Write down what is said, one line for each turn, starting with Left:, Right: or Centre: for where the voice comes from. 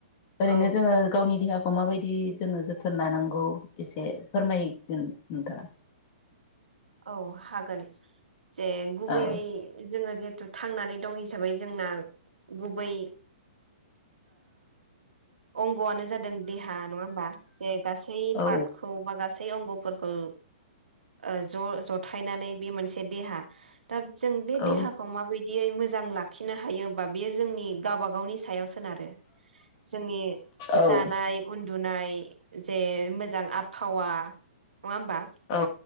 Left: ओरैनो
Right: औ
Left: जोंङो गावनि देहाखौ खौ माबायदि जोंङो जोथोन लानांगौ एसे फोरमायगोन नोंथां
Right: औ हागोन जे गुबैयै
Left: औ
Right: जोंङो थांनानै दं हिसाबै जोंना गुबै अंगआनो जादों देहा नंङा होमबा जे गासै
Left: औ
Right: पारटखौ बा गासै अंग फोरखौ ओज ज जथायनानै बे मोनसे देहा दा जों बे
Left: औ
Right: देहाखौ माबायद दियै मोजां लाखिनो हायो बा बेयो जोंनि गावब गावनि सायाव सो गोन आरो‌ जोंनि
Left: औ
Right: जानाय उन उन्दुनाय जे मोजां आबहावा नंङा होनबा
Left: औ